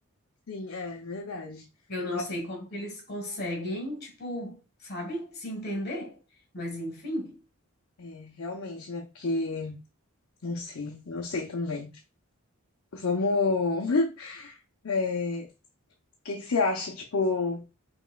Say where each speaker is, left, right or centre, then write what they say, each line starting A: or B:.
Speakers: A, on the left; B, on the left.
A: Sim, é verdade.
B: Eu não
A: Nossa,
B: sei como que eles conseguem, tipo, sabe, se entender. Mas enfim.
A: é, realmente, né? Porque não sei, não sei também. Vamos. <laughs> é, O que que você acha? Tipo,